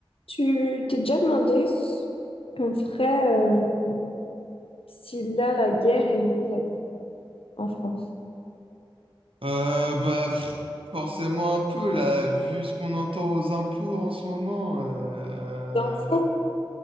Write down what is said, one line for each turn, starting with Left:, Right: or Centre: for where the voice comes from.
Left: Tu t'es déjà demandé ce qu'on ferait euh, si là la guerre elle éclatait en France?
Right: Euh, bah, pff, forcément un peu, là, vu ce qu'on entend aux impôts en ce moment. euh,
Left: C'est un fou.